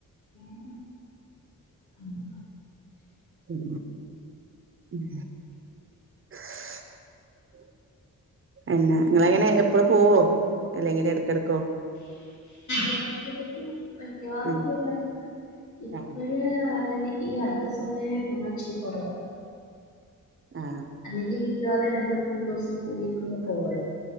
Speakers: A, on the left; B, on the right.
A: ഉം ഉം
B: ഉം ഉം <unintelligible> എന്നാ നിങ്ങളങ്ങനെ എപ്പള്ളും പോവോ അല്ലെങ്കില് എടക്കടക്കോ
A: എടക്കെടക്ക് മിക്കവാറും
B: ഉം
A: പോവാറ് ഇപ്പോഴ്
B: ആ
A: ആണ് ഈ അടുത്ത സമയായിട്ടാണ് ഒച്ചിരി കൊറവ്
B: ആ
A: അല്ലെങ്കി മിക്കവാറും രണ്ടും മൂന്നും ദിവസം കൂടിടേ പോവല്.